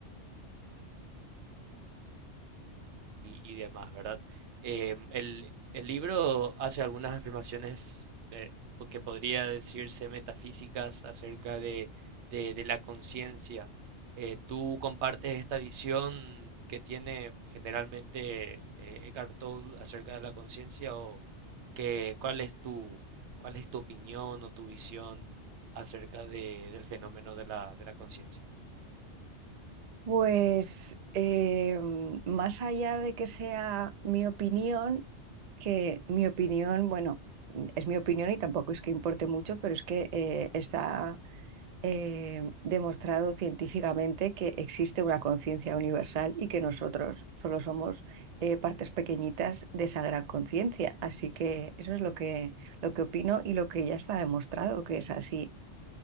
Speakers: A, on the right (about 75°); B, on the right (about 55°).
A: y, y demás, ¿verdad? Eh, el, el libro hace algunas afirmaciones eh, pues, que podría decirse metafísicas acerca de, de- de la conciencia. Eh, ¿tú compartes esta visión que tiene generalmente eh, Eckhart Tolle acerca de la conciencia o que, cuál es tu, cuál es tu opinión o tu visión acerca de- del fenómeno de la, de la conciencia?
B: Pues eh, más allá de que sea mi opinión, que mi opinión, bueno, es mi opinión y tampoco es que importe mucho, pero es que eh, está eh, demostrado científicamente que existe una conciencia universal y que nosotros solo somos eh, partes pequeñitas de esa gran conciencia. Así que eso es lo que, lo que opino y lo que ya está demostrado que es así.